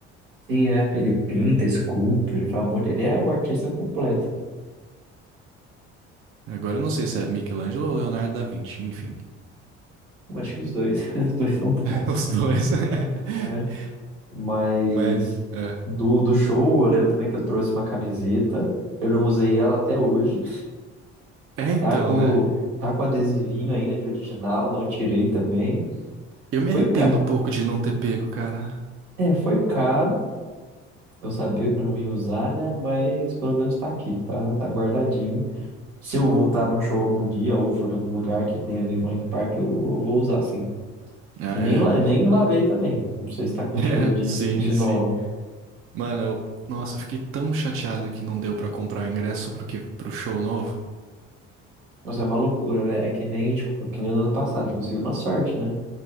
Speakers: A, on the right; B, on the right.
A: Sim, é. Ele pinta, esculpe, ele faz um monte. Ele é o artista completo.
B: Agora eu não sei se é Michelangelo ou Leonardo da Vinci, enfim. <laughs>
A: Eu acho que os dois, <laughs> os dois são bons.
B: Os dois. <laughs>
A: né? Mas
B: Mas, é.
A: do, do show, eu lembro também que eu trouxe uma camiseta. Eu não usei ela até hoje.
B: É, então,
A: Tá com,
B: né?
A: tá com adesivinho ainda de original, não tirei também.
B: Eu me
A: Foi
B: arrependo
A: caro.
B: um pouco de não ter pego, cara.
A: É, foi caro. Eu sabia que eu não ia usar, né? Mas pelo menos tá aqui, tá, tá guardadinho. Se eu voltar num show algum dia ou for em algum lugar que tenha a ver com o Link Park, eu eu vou usar sim.
B: Ah,
A: E nem,
B: É,
A: la- nem lavei também. Não sei
B: <laughs>
A: se tá com
B: é,
A: cheiro de,
B: sim,
A: de nova.
B: sim. Mano, eu, nossa, eu fiquei tão chateado que não deu pra comprar o ingresso pro, que, pro show novo.
A: Mas é uma loucura, né? É que nem a gente, que nem no ano passado, a gente conseguiu na sorte, né?